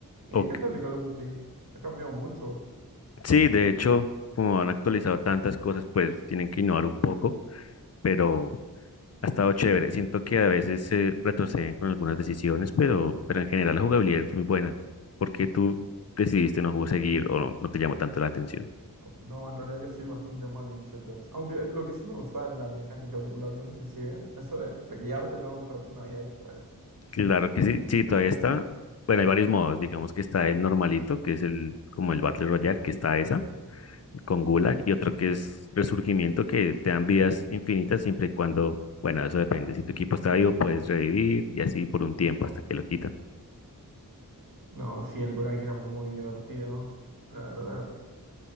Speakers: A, on the right; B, on the left.
A: ¿Y
B: o-
A: qué
B: que-
A: tal el Call of Duty? Ha cambiado mucho.
B: sí, de hecho, como han actualizado tantas cosas, pues tienen que innovar un poco. pero ha estado chévere. Siento que a veces se retroceden con algunas decisiones, pero, pero en general la jugabilidad es muy buena. ¿Por qué tú decidiste no jugar seguir o no, no te llamó tanto la atención?
A: No, en realidad yo soy bastante mal en shooters. Aunque lo que sí me gusta de la mecánica del Gulag, no sé si sigue, eso de pelearte luego para tener una vida extra es...
B: Claro que sí, sí, todavía está. Bueno, hay varios modos. Digamos que está el normalito, que es el como el Battle Royale, que está esa. con Gulag y otro que es Resurgimiento, que te dan vidas infinitas siempre y cuando, bueno, eso depende. Si tu equipo está vivo, puedes revivir y así por un tiempo
A: oh.
B: hasta que lo quitan.
A: No, sí, el Gulag era muy divertido, la verdad.